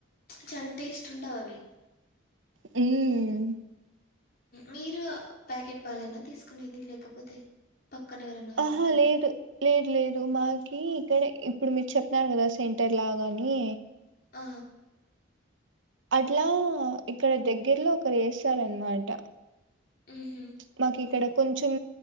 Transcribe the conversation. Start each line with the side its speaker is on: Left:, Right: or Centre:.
Left: చం టేస్ట్ ఉండవవిే
Right: హు మ్
Left: మీరు ప్యాకెట్ పాలేనా తీసుకునేది లేకపోతే పక్కన ఎవరన్నా
Right: ఆహా
Left: ఇస్తారా
Right: లేదు లేదు లేదు మాకి ఇక్కడే ఇప్పుడు మీరు చెప్పినారు కదా సెంటర్ లాగాని
Left: ఆ
Right: అట్లా ఇక్కడ దగ్గర్లో ఒకరు ఏస్తారనమాట
Left: ఊహు
Right: మాకి ఇక్కడ కొంచం